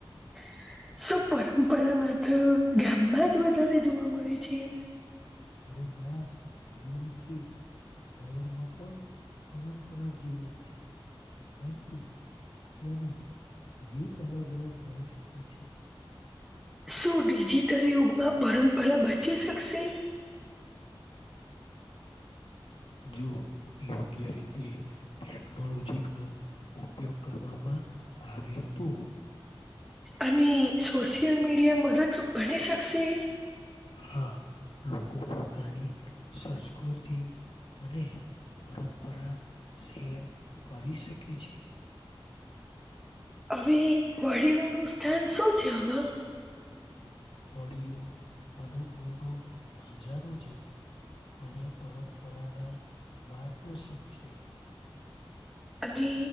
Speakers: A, in the centre; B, on the left.
A: <inaudible> શું પરંપરા માત્ર ગામમાં જ વધારે જોવા મળે છે.
B: અરે ના એવું નથી. શહેરમા પણ પરંપરા જીવન છે. પરંતુ તેની રીત અલગ અલગ હોઈ શકે છે.
A: શું ડિજિટલ યુગમાં પરંપરા બચી શકશે
B: જો યોગ્ય રીતે ટેકનોલોજી નો ઉપયોગ કરવામાં આવે તો
A: અને સોશિયલ મીડિયા મદદરૂપ બની શકશે!
B: હા લોકો પોતાની સંસ્કૃતિ અને પરંપરા શેર કરી શકે છે.
A: હવે, વાડીલોનુ સ્થાન શું છે, આમા
B: વડીલો, અનુભવનોો ખજાનો છે. અને પરંપરાના માર્ગદર્શક છે.
A: અને